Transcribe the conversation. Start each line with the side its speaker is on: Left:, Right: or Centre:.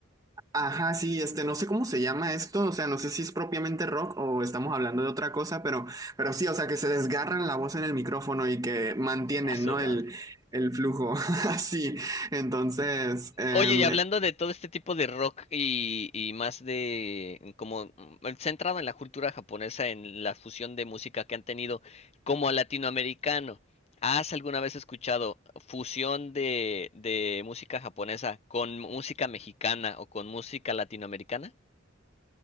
Right: ajá, sí, este, no sé cómo se llama esto, o sea, no sé si es propiamente rock o estamos hablando de otra cosa, pero, pero sí, o sea, que se desgarran la voz en el micrófono y que mantienen,
Left: A su
Right: ¿no?
Left: madre.
Right: El, el flujo, <laughs> así. Entonces, em,
Left: Oye, y hablando de todo este tipo de rock y, y más de como mm, centrado en la cultura japonesa, en la fusión de música que han tenido como latinoamericano, ¿has alguna vez escuchado fusión de, de música japonesa con música mexicana o con música latinoamericana?